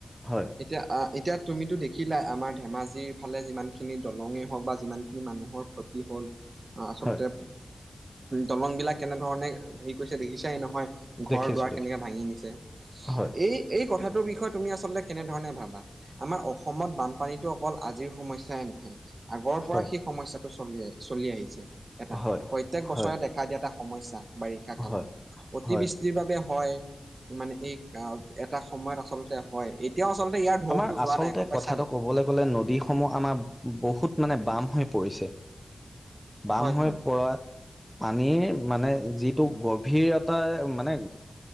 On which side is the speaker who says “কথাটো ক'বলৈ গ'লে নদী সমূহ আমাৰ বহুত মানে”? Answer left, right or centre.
Centre